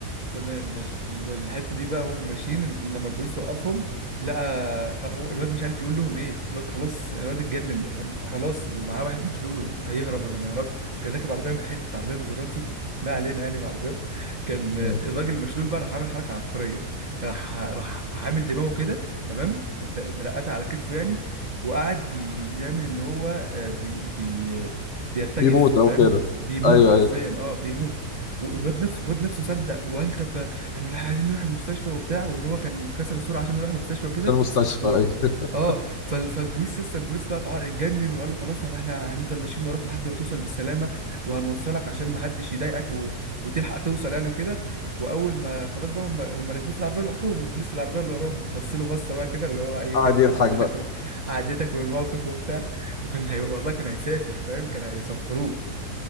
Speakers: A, on the right; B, on the left.
A: تمام ماشي ال- الحته دي بقى هم ماشيين الب- لما البوليس وقفهم لقى فهو الواد مش عارف يقول لهم ايه الواد خلاص الواد اتجنن خلاص ومعاه واحد مشلول وهيهرب ولا ما يهربش كان راكب عربيه من حته عربيه مزراتي ما علينا يعني بعربيات كان الراجل
B: مم.
A: المشلول بقى راح عامل حركه عبقريه راح راح عامل دماغه كده تمام ب- مرقده على كتفه يعني وقعد ي- يعمل ان هو آه، بي بي بيرتجف
B: بيموت او
A: فاهم
B: كده
A: بيموت
B: ايوه
A: حرفيا
B: ايوه
A: اه بيموت والواد نفسه الواد نفسه صدق وقال طب انا راح عايزين نروح المستشفى وبتاع وان هو كان كسر السرعه عشان نروح المستشفى وكده
B: عشان المستشفى
A: و...
B: ايوه
A: اه فال... فالبوليس لسه البوليس بقى اتع- اتجنن وقال له خلاص طب احنا هنفضل ماشيين وراك لحد ما توصل بالسلامه وهنوصلك عشان ما حدش يضايقك و... وتلحق توصل يعني وكده واول ما خلاص بقى هم هم راكبين في العربيه لوحدهم والبوليس في العربيه اللي وراهم بص له بصه بقى كده اللي
B: <laughs>
A: هو اي
B: قاعد
A: خدمه
B: يضحك
A: انا عديتك
B: بقى
A: و... عديتك بالموقف وبتاع وكان هي... والله كان هيسافر فاهم كان هيسفروه